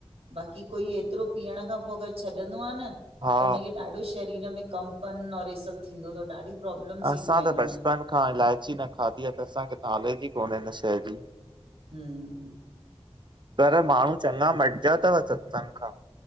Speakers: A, on the right; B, on the right.
A: बाक़ी कोई एतरो पीअण खां पो अगर छॾंदो आ न त
B: हा
A: हुनखे ॾाढो शरीर में कंपन और इ सभ थींदो थव ॾाढी प्रॉब्लम्स
B: असां
A: ईंदियूं
B: त
A: आहिन हुनखे।
B: बचपन खां इलायची न खाधी आ त असांखे नोलेज ई कोन्हे हिन शइ जी
A: हमम्
B: पर माण्हू चङा मटजया थव सत्संग खां।